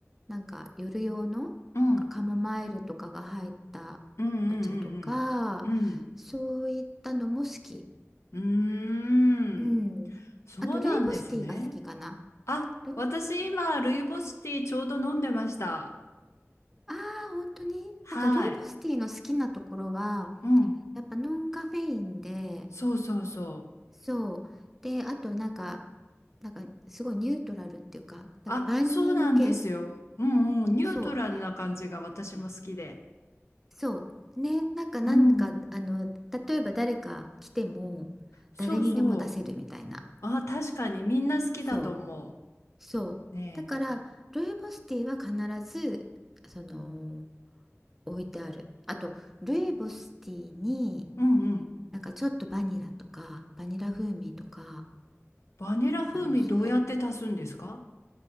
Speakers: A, in the centre; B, on the left.
A: なんか夜用のなんかカモマイルとかが入ったお茶とかそういったのも好き。
B: うんうんうんうんうんうん
A: うん。
B: そうなんですね。
A: あとルイボスティーが好きかな。
B: あ、
A: ルイボス
B: 私今、ルイボスティーちょうど飲んでました。
A: ああー本当になんかルイボスティーの好きなところは
B: はい。うん。
A: やっぱノンカフェインで
B: そうそうそう。
A: そうであとなんかなんかすごいニュートラルっていうかなんか万人受け
B: あ、そうなんですよ。うんうん。ニュートラルな感じが私も好きで。
A: そううん。そうねなんかなんかあの例えば誰か来ても誰にでも出せるみたいな
B: うん。そうそう。あ、確かにみんな好きだと思
A: そうそうだからルイボスティーは必ずその
B: う。ね
A: 置いてあるあとルイボスティーに
B: え。うんうん。
A: なんかちょっとバニラとかバニラ風味とか
B: バニラ風味どうやって足すんですか
A: あのそういう